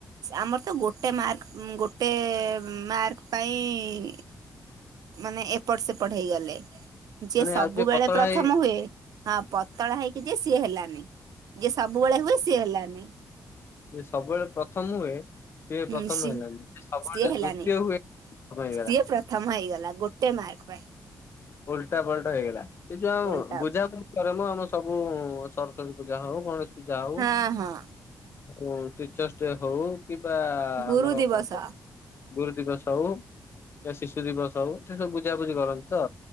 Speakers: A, on the right; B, on the left.
A: ଆମର ତ ଗୋଟେ ମାର୍କ ଗୋଟେ ମାର୍କ ପାଇଁ ମାନେ ଏପଟ ସେପଟ ହେଇଗଲେ ଯିଏ
B: ମାନେ
A: ସବୁବେଳେ
B: ଆଉ ପତଳା
A: ପ୍ରଥମ
B: ହେଇ
A: ହୁଏ ହଁ ପତଳା ହେଇକି ଯେ ସିଏ ହେଲାନି ଯିଏ ସବୁବେଳେ ହୁଏ ସିଏ ହେଲାନି
B: ସେ ସବୁବେଳେ ପ୍ରଥମ ହୁଏ ସିଏ
A: ହୁଁ
B: ପ୍ରଥମ
A: ସି
B: ହେଲାଣି ଯିଏ ସବୁବେଳେ
A: ସିଏ ହେଲାନି
B: ଦ୍ଵିତୀୟ ହୁଏ ସିଏ ହେଇଗଲା
A: ସିଏ ପ୍ରଥମ ହେଇଗଲା ଗୋଟେ ମାର୍କ ପାଇଁ
B: ଉଲଟା ପାଲଟା ହେଇଗଲା ସେ ଯୋଉ
A: ଓଲଟା
B: ଆଉ ବୁଝାୁଝ ରେ ମ ଆମ ସବୁ ସରସ୍ଵତୀ ପୂଜା ହଉ ଗଣେଶ ପୂଜା ହଉ
A: ହଁ ହଁ
B: ହ ଟିଚର୍ସ ଡେ ହଉ କିମ୍ବା ଆମର
A: ଗୁରୁ ଦିବସ
B: କଣ କ ଗୁରୁ ଦିବସ ହଉ ଶିଶୁ ଦିବସ ହଉ ସେ ସବୁ ବୁଝାବୁଝି କରନ୍ତି ତ